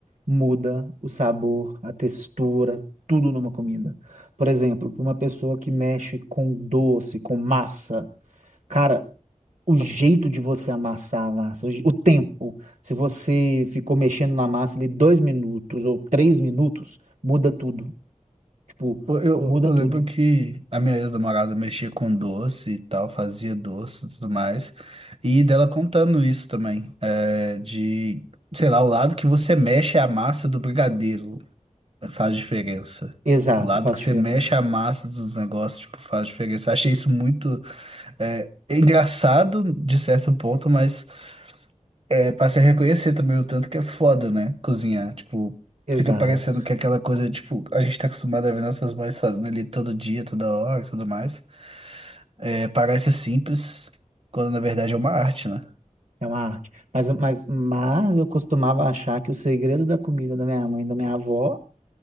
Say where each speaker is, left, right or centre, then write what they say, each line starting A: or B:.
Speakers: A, on the right; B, on the right.
A: muda o sabor, a textura, tudo numa comida. Por exemplo, para uma pessoa que mexe com doce, com massa, cara, o jeito de você amassar a massa, o je- o tempo, se você ficou mexendo na massa ali dois minutos ou três minutos, muda tudo. Tipo,
B: eu, eu
A: muda
B: eu
A: tudo.
B: lembro que a minha ex-namorada mexia com doce e tal, fazia doce e tudo mais. E dela contando isso também, é, de, sei lá, o lado que você mexe é a massa do brigadeiro. Faz diferença.
A: Exato,
B: O lado
A: faz
B: que
A: diferença.
B: você mexe a massa dos negócios, tipo, faz diferença. Achei
A: E-
B: isso muito é, engraçado de certo ponto, mas é, passei a reconhecer também o tanto que é foda, né? Cozinhar. Tipo,
A: Exato,
B: fica parecendo que é aquela coisa, tipo, a gente tá acostumado a ver nossas mães fazendo ali todo dia, toda hora e tudo mais. É, parece simples, quando na verdade é uma arte, né?
A: é uma arte. Mas, mas, mas eu costumava achar que o segredo da comida da minha mãe e da minha avó